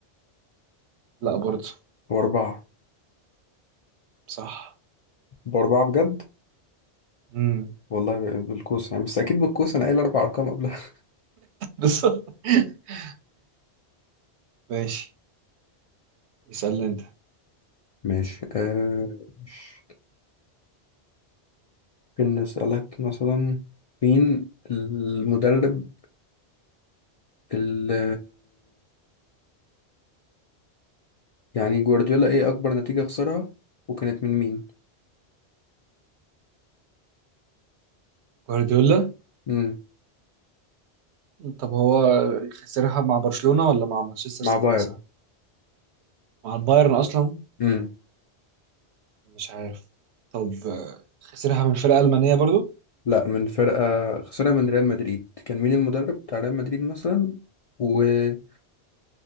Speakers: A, on the right (about 80°); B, on the left (about 60°).
A: لا برضه
B: وأربعة
A: صح
B: بأربعة بجد
A: امم
B: والله بالكوسة يعني بس أكيد بالكوسة أنا قايل أربع أرقام قبلها <laughs>
A: بس <laughs> ماشي اسألني أنت
B: ماشي آه مش- ممكن نسألك مثلا مين المدرب اللي يعني جوارديولا إيه أكبر نتيجة خسرها وكانت من مين؟
A: جوارديولا
B: مم.
A: طب هو خسرها مع برشلونة ولا مع مانشستر
B: مع
A: سيتي
B: بايرن
A: مثلا؟ مع البايرن أصلا
B: مم.
A: مش عارف طب آه، خسرها من فرقة ألمانية برضو
B: لا من فرقة خسرها من ريال مدريد كان مين المدرب بتاع ريال مدريد مثلا ولو